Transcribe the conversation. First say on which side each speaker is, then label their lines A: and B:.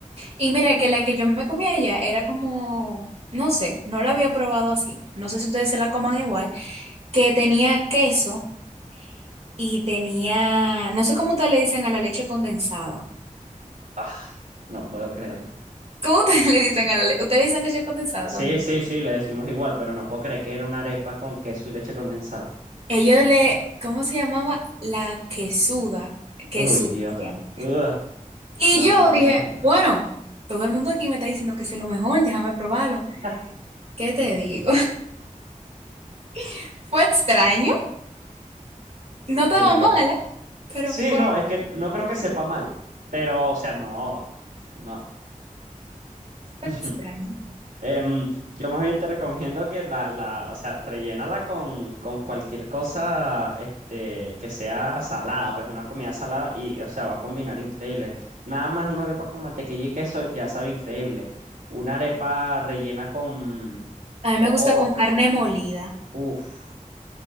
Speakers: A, on the right (about 50°); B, on the right (about 85°).
A: Y mira que la que yo me comí allá era como, no sé, no la había probado así. No sé si ustedes se la coman igual, que tenía queso y tenía, no sé cómo ustedes le dicen a la leche condensada.
B: Ah, no puedo creerlo.
A: ¿Cómo ustedes <laughs> le dicen a la leche? Ustedes le dicen leche condensada
B: Sí,
A: también.
B: sí, sí, le decimos igual, pero no puedo creer que era una arepa con queso y leche condensada.
A: Ellos le, ¿cómo se llamaba? La quesuda, quesú
B: Uy, Dios.
A: se llama.
B: Ugh.
A: Y
B: No,
A: yo
B: no me
A: dije,
B: lo imagino.
A: bueno, todo el mundo aquí me está diciendo que es lo mejor, déjame probarlo.
B: <laughs>
A: ¿Qué te digo? <laughs> Fue extraño, no estaba
B: Qué loco.
A: mala, pero
B: Sí,
A: fue
B: no, es que no creo que sepa mal, pero, o sea, no, no.
A: fue
B: <laughs>
A: extraño.
B: Em, yo más bien te recomiendo que la, la, o sea, rellénala con, con cualquier cosa, este, que sea salada, pues una comida salada y, o sea, va a combinar increíble. Nada más una arepa con mantequilla y queso ya sabe increíble. Una arepa rellena con,
A: A mí
B: o,
A: me gusta con carne molida,
B: o, uff.